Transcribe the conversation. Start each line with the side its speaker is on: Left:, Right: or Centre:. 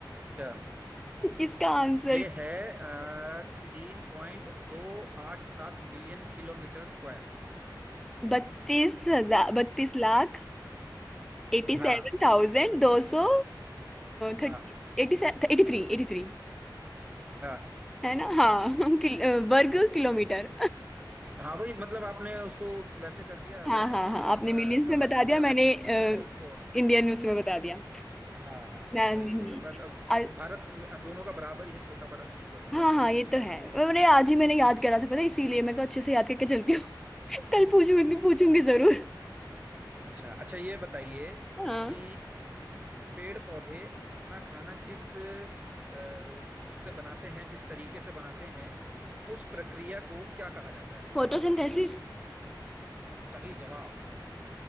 Right: अच्छा
Centre: इसका आंसर
Right: ये है तीन पॉइंट दो आठ सात मिलियन किलोमीटर स्क्वायर
Centre: बत्तीस हजार बत्तीस लाख एटी
Right: हाँ
Centre: सेवन
Right: हाँ
Centre: थाउजेंड दो सौ thirty
Right: हाँ
Centre: eighty eighty three eighty three
Right: हाँ
Centre: है ना हाँ <laughs> किल, अ, वर्ग किलोमीटर
Right: हाँ वही मतलब आपने उसको वैसे कर
Centre: <laughs>
Right: दिया
Centre: हाँ
Right: थोड़ा
Centre: हाँ हाँ आपने मिलियंस
Right: बड़ा
Centre: में बता
Right: कर दिया
Centre: दिया मैंने
Right: मैंने उसको हाँ
Centre: इंडियन उसमें बता दिया
Right: हाँ हाँ
Centre: मैं
Right: बस वही है पर अब
Centre: आ,
Right: भारत में- अब दोनों का बराबर ही है छोटा बड़ा नहीं है कोई बात
Centre: हाँ हाँ ये तो है अरे आज ही मैंने याद करा था पता है, इसीलिए मैं कहा अच्छे से याद करके चलती हूँ <laughs> कल पूछूंगी पूछूंगी जरूर
Right: अच्छा अच्छा ये बताइए
Centre: हाँ
Right: कि पेड़ पौधे अपना खाना जिस अ, उससे बनाते हैं जिस तरीके से बनाते हैं उस प्रक्रिया को क्या कहा जाता है
Centre: फोटोसिंथेसिस
Right: सही जवाब